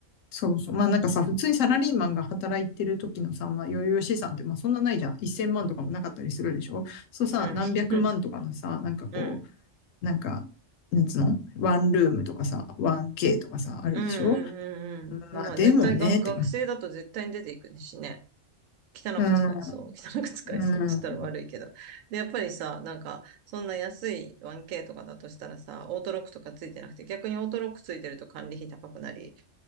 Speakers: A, on the left; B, on the right.
A: そうそう。まあなんかさ、普通にサラリーマンが働いてる時のさ、まあ余裕資産ってまあそんなないじゃん。1000万とかもなかったりするでしょそうさ、
B: うん、
A: 何百万とかのさ、
B: うん、
A: なんかこ
B: うん、
A: う、なんか、なんつうのワンルームとかさ、1K とかさ、あるでしょ
B: うん、うん。うんまあ絶対学、
A: まあでもね、って感じ。
B: 学生だと絶対に出ていくねしね。汚く使えそう。
A: うん、
B: <laughs> 汚く使えそうって言ったら悪いけど。
A: うん、
B: で、やっぱりさ、なんか、そんな安い 1K とかだとしたらさ、オートロックとかついてなくて、逆にオートロックついてると管理費高くなり、